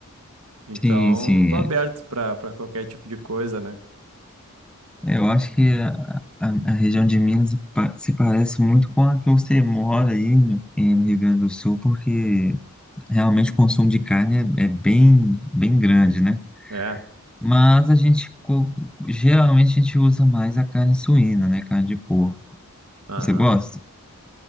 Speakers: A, on the right; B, in the centre.
A: Então,
B: sim, sim.
A: tô aberto
B: é.
A: pra, pra qualquer tipo de coisa, né?
B: Eu acho que a, a- a região de Minas pa- se parece muito com a que você mora aí no, em- no Rio Grande do Sul, porque realmente o consumo de carne é, é bem, bem grande, né?
A: É,
B: Mas a gente, co- geralmente a gente usa mais a carne suína, né? Carne de porco.
A: aham.
B: Você gosta?